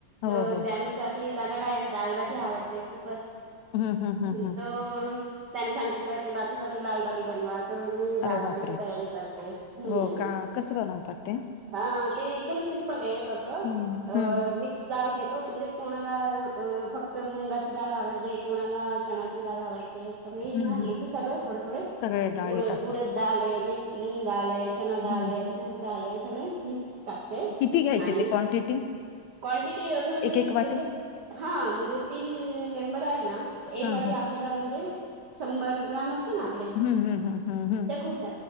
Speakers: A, on the left; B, on the right.
A: हो
B: तर
A: हो
B: त्यांसाठी- त्यांला काय दालबाटी आवडते खूपच
A: हम्म हम्म हम्म
B: तो-
A: हम्म
B: त्यांनी सांगितलं की माझ्यासाठी दालबाटी बनवा. तर मी दालबाटीची
A: अरे बापरे
B: तयारी करते हम्म.
A: हो का कसं बनवतात ते
B: हा ते एकदम सिम्पल आहे तसं
A: हम्म हम्म
B: मिक्स दाल घेतो. म्हणजे कोणाला- मला फक्त मुंगाची डाल आवडते कोणाला चणाची डाळ आवडते. तर मी
A: हम्म
B: ना म्हणजे सगळे थोडे थोडे
A: सगळे डाळी
B: उड
A: टाकता.
B: उडत डाल आहे मी् मूंग डाव हे. चना
A: हम्म
B: डाल हे तूर डाल हे सगळे मिक्स- टाकते
A: किती घ्यायचे
B: आणि
A: ते क्वांटिटी?
B: क्वांटिटी असं म्हणजे
A: एक एक वाटी?
B: जस- हा म्हणजे तीन मेंबर आहे ना एक
A: हां
B: वाटी
A: हां.
B: आपल्याला म्हणजे- शंभर ग्राम असते ना आपले
A: हं, हं, हं, हं, हं.
B: त्या खूप